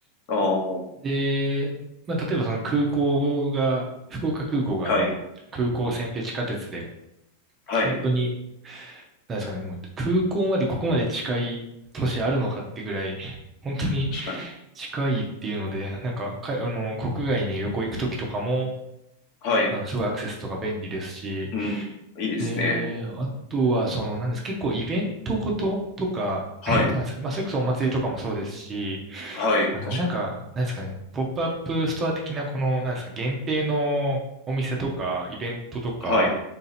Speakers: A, on the left; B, on the right.
A: ああ、は
B: で、まあ、例えばその空港が、福岡空港があの、
A: い、
B: 空港線っていう地下鉄で、
A: はい、
B: 本当に、なんですかね、もう空港までここまで近い都市あるのかってぐらい、本当に
A: 確かに。
B: 近いっていうので、なんか、かい、あの、国外に旅行行くときとかも、
A: はい、
B: あの、すごいアクセスとか便利ですし、
A: うん、いいですね。
B: で、あとは、その、なんです、結構イベントごととか、
A: はい、
B: <clears throat> なんですか、まあ、それこそお祭りとかもそうですし、
A: はい、
B: あの、
A: 確かに。
B: なんか、なんですかね、ポップアップストア的な、この、なんですか、限定のお店とか、イベントとか、
A: はい、